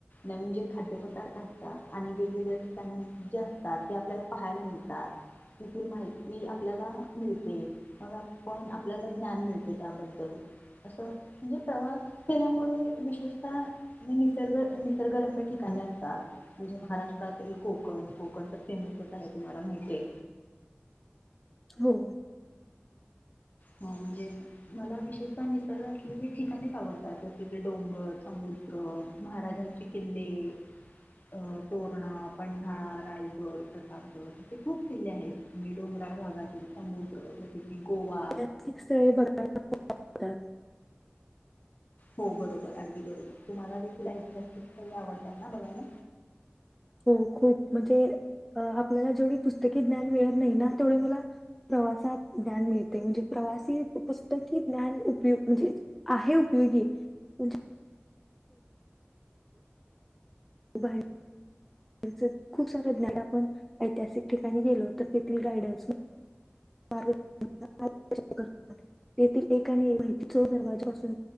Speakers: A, on the left (about 45°); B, in the centre.
A: नवीन जे खाद्यपदार्थ असतात आणि वेगवेगळ्या ठिकाण जे असतात ती आपल्याला पाहायला मिळतात. तिथील माहिती आपल्याला मिळते, मग पण आपल्याला ज्ञान मिळते त्याबद्दल. असं म्हण प्रवास केल्यामुळे विशेषतः निसर्ग निसर्गरम्य ठिकाणी असतात म्हणजे महाराष्ट्रातील कोकण कोकण तर फेमसच आहे तुम्हाला माहितीये
B: हो.
A: ह म्हणजे मला विशेषतः निसर्ग असलेले ठिकाणीच आवडतात. जसे की डोंगर, समुद्र, महाराजांची किल्ले अ तोरणा, पन्हाळा, रायगड, प्रतापगड असे खूप किल्ले आहेत. मी डोंगराळ भागातील समु जसे की गोवा
B: अशी स्थळे बघायला भेटतात.
A: हो बरोबर, अगदी बरोबर तुम्हाला देखील ऐतिहासिक स्थळे आवडतात ना बघायला?
B: हो खूप म्हणजे अ आपल्याला जेवढी पुस्तकी ज्ञान मिळत नाही ना तेवढे मला प्रवासात ज्ञान मिळते. म्हणजे प्रवासी पुस्तकी ज्ञान उपयुक्त म्हणजे आहे उपयोगीे म्हण बाहेरच खूप सारे ज्ञान आपण ऐतिहासिक ठिकाणी गेलो, तर तेथील गायडन्स <unintelligible> तेथील एक आणि एक माहिती चोर दरवाजापासून